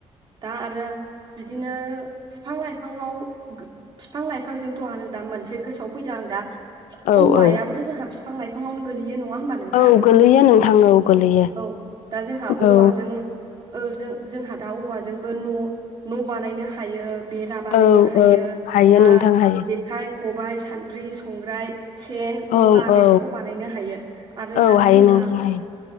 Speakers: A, on the right (about 40°); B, on the left (about 85°).
A: दा आरो बिदिनो फिफां लाइफाङाव गो फिफां लाइफांजोंथ' आरो दा मोनसे गोसोआव फैदों आं दा
B: औ
A: औवायाबोथ'
B: औ
A: जोंहा बिफां लाइ फांआवनो गोलैयो नङा होमबा नोंथां
B: औ गोलैयो नोंथां औ गोलैयो
A: औ दा जोंहा औवाजों।
B: औ
A: उम ओ जों जोंहा दा औवाजोंबो' न' न' बानायनो हायो। बेरा बानायनो
B: औ
A: हायो
B: औ हायो
A: दा
B: नोंथां हायो
A: जेखाइ खबाइ सान्द्रि संग्राय सेन ख'खा
B: औ
A: बेफोरखौ
B: औ
A: बानायनो हायो आरो
B: औ
A: दा
B: हायो
A: जोंहा
B: नोंथां हायो